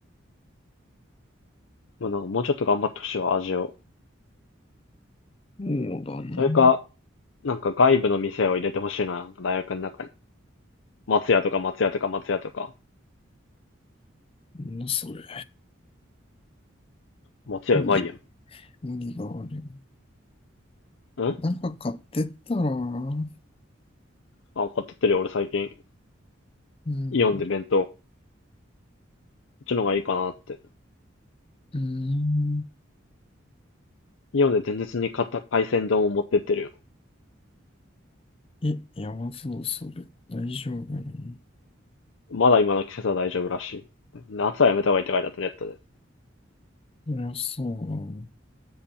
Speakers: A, on the left; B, on the left.
A: まあなんかもうちょっと頑張ってほしいわ、味を。
B: そうだな。
A: それか、なんか外部の店を入れてほしいな、大学の中に。松屋とか松屋とか松屋とか。
B: なんだそれ。
A: 松屋うまいや
B: 無理、無理がある。
A: ん。ん
B: なんか買ってったら、う
A: あ、買ってってるよ、俺最近。
B: ん、
A: イオンで弁当。こっちの方がいいかなって。
B: うん。
A: イオンで前日に買った海鮮丼を持ってってるよ。
B: え、やばそう、それ。大丈夫に
A: まだ今の季節は大丈夫らしい。夏はやめた方がいいって書いてあったネットで。
B: そりゃそうだな。